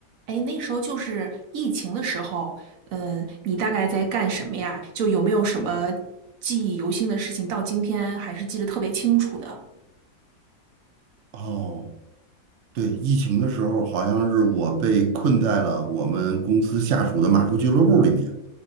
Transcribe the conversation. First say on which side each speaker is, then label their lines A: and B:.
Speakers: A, on the right (about 60°); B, on the right (about 85°).
A: 哎，那时候就是疫情的时候，嗯，你大概在干什么呀？就有没有什么记忆犹新的事情，到今天还是记得特别清楚的？
B: 哦，对，疫情的时候好像是我被困在了我们公司下属的马术俱乐部里面，